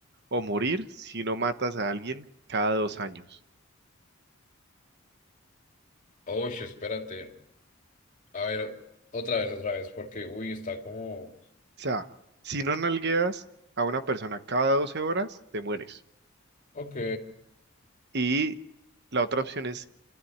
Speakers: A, on the right; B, on the left.
A: o morir si no matas a alguien cada dos años.
B: Oye, espérate. A ver, otra vez, otra vez, porque, uy, está como...
A: O sea, si no nalgueas a una persona cada 12 horas, te mueres.
B: Ok,
A: Y la otra opción es,